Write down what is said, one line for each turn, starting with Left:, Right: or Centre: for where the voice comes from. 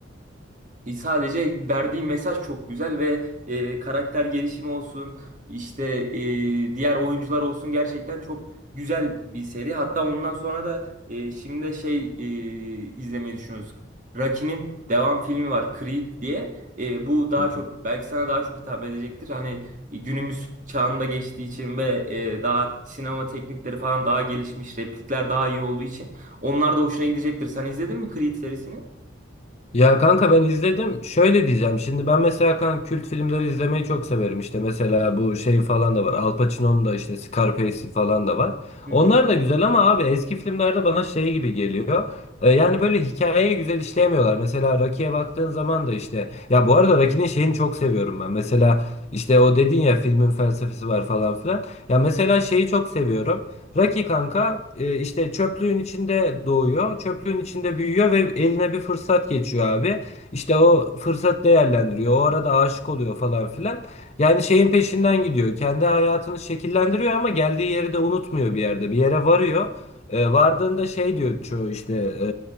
Right: e, Sadece verdiği mesaj çok güzel ve e, karakter gelişimi olsun işte e, diğer oyuncular olsun gerçekten çok güzel bir seri. Hatta ondan sonra da e, şimdi de şey e, izlemeyi düşünüyoruz. Rocky'nin devam filmi var Creed diye. E, bu daha
Left: Hı hı.
Right: çok belki sana daha çok hitap edecektir. Hani e, günümüz çağında geçtiği için ve e, daha sinema teknikleri falan daha gelişmiş, replikler daha iyi olduğu için onlar da hoşuna gidecektir. Sen izledin mi Creed serisini?
Left: Ya kanka ben izledim. Şöyle diyeceğim. Şimdi ben mesela kanka kült filmleri izlemeyi çok severim. İşte mesela bu şey falan da var. Al Pacino'nun da işte Scarface'i falan da var.
Right: Hı
Left: Onlar
Right: hı.
Left: da güzel ama abi eski filmlerde bana şey gibi geliyor. Ee, yani böyle hikayeyi güzel işleyemiyorlar. Mesela Rocky'ye baktığın zaman da işte ya bu arada Rocky'nin şeyini çok seviyorum ben. Mesela işte o dedin ya filmin felsefesi var falan filan. Ya mesela şeyi çok seviyorum. Raki kanka e, işte çöplüğün içinde doğuyor, çöplüğün içinde büyüyor ve eline bir fırsat geçiyor abi. İşte o fırsat değerlendiriyor, o arada aşık oluyor falan filan. Yani şeyin peşinden gidiyor, kendi hayatını şekillendiriyor ama geldiği yeri de unutmuyor bir yerde, bir yere varıyor. E, vardığında şey diyor çoğu işte e,